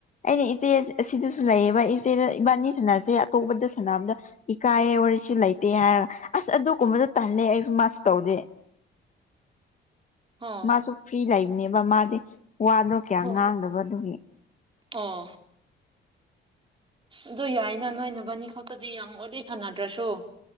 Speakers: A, on the left; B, on the right.
A: ꯑꯩꯅ ꯏꯆꯦ ꯑꯁꯤꯗꯁꯨ ꯂꯩꯌꯦꯕ ꯏꯆꯦꯗ ꯏꯕꯥꯅꯤ ꯁꯅꯁꯦ ꯑꯇꯣꯞꯄꯗ ꯁꯅꯥꯕꯗ ꯏꯀꯥꯏꯌꯦꯦ ꯋꯥꯔꯤꯁꯤ ꯂꯩꯇꯦ ꯍꯥꯏꯔꯒ ꯑꯁ ꯑꯗꯨꯒꯨꯝꯕꯗ ꯇꯜꯂꯦ ꯑꯩꯁꯨ ꯃꯥꯁꯨ ꯇꯧꯗꯦ
B: ꯑꯣ
A: ꯃꯥꯁꯨ ꯐ꯭ꯔꯤ ꯂꯩꯕꯅꯦꯕ ꯃꯥꯗꯤ ꯋꯥꯗꯣ ꯀꯌꯥ
B: ꯑꯣ
A: ꯉꯥꯡꯗꯕ ꯑꯗꯨꯒꯤ
B: ꯑꯣ ꯑꯗꯨ ꯌꯥꯏꯅ ꯅꯣꯏꯅꯕꯥꯅꯤ ꯈꯛꯇꯗꯤ ꯌꯥꯝ ꯋꯥꯔꯤ ꯥꯁꯥꯟꯅꯗ꯭ꯔꯁꯨ